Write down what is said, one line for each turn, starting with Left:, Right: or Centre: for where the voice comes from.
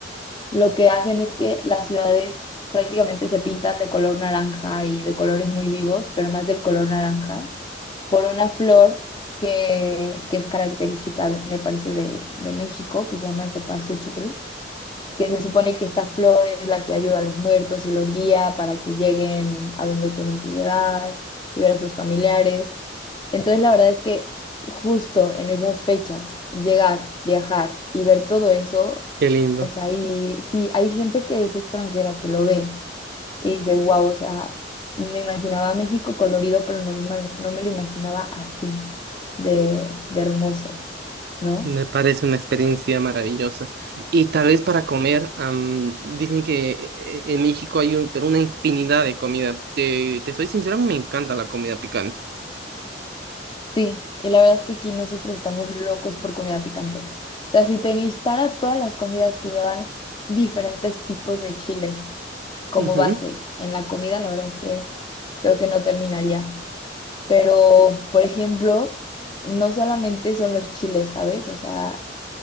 Left: lo que hacen es que las ciudades prácticamente se pintan de color naranja y de colores muy vivos, pero más del color naranja, por una flor que, que es característica, me parece, de, de México, que se llama cempasúchil que se supone que esta flor es la que ayuda a los muertos y los guía para que lleguen a donde tienen que llegar y ver a sus familiares. Entonces, la verdad es que justo en esas fechas, llegar, viajar y ver todo eso,
Right: Qué lindo.
Left: o sea, y sí, hay gente que es extranjera que lo ve y dice, wow, o sea, me imaginaba México colorido, pero no me, ima- no me lo imaginaba así, de, de hermoso, ¿no?
Right: Me parece una experiencia maravillosa. Y tal vez para comer, am, dicen que eh, eh, en México hay un, pero una infinidad de comida. Te, te soy sincero, me encanta la comida picante.
Left: Sí, y la verdad es que aquí nosotros estamos locos por comida picante. O sea, si te listara todas las comidas que llevan diferentes tipos de chile como
Right: Ujú.
Left: base en la comida, la verdad es que creo que no terminaría. Pero, por ejemplo, no solamente son los chiles, ¿sabes? O sea,